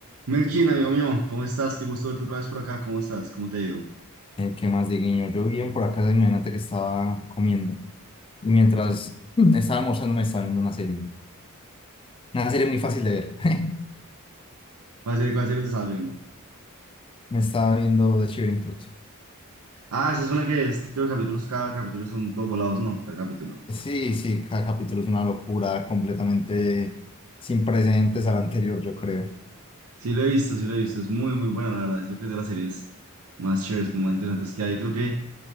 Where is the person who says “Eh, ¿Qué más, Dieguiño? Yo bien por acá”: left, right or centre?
Left